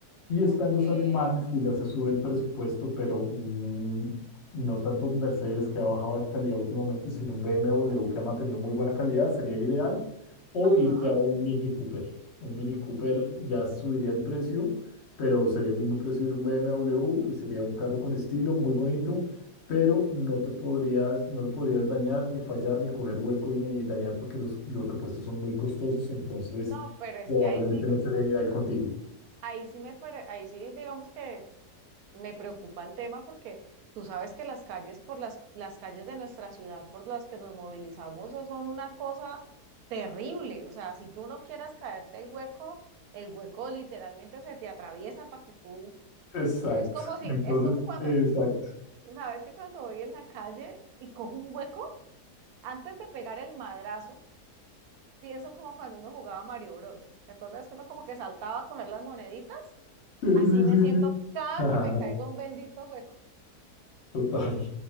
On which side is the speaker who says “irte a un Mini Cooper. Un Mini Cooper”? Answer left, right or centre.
Left